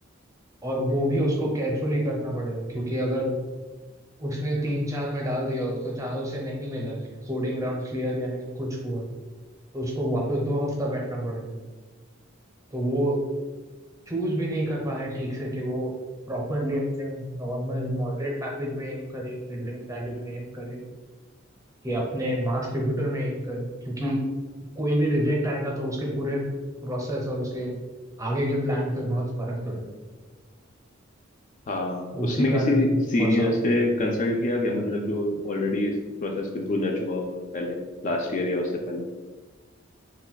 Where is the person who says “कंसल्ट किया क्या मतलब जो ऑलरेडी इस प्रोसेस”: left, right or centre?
Left